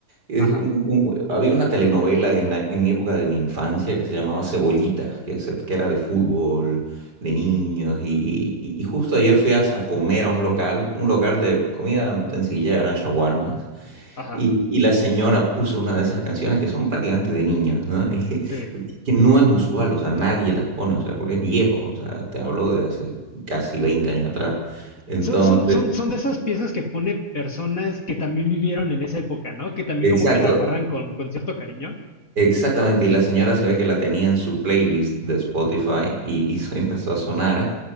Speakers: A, on the right; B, on the left.
A: Es
B: Ajá.
A: un- un- había una telenovela en, la- en mi época de mi infancia que se llamaba Cebollitas, que, se- que era de fútbol, de niños. Y, y- y justo ayer fui a, a comer a un local, un local de comida sencilla, eran shawarmas.
B: Ajá.
A: Y, y la señora puso una de esas canciones que son prácticamente de niñas, ¿no? <laughs>
B: Sí.
A: Y que no es usual, o sea, nadie las pone, o sea, porque es viejo, o sea, te hablo de hace casi 20 años atrás. Entonces,
B: Son, son, son, son de esas piezas que pone personas que también vivieron en esa época, ¿no? Que también
A: exacto,
B: como que la guardan con, con cierto cariño.
A: exactamente. Y la señora se ve que la tenía en su playlist de Spotify y, y <laughs> empezó a sonar.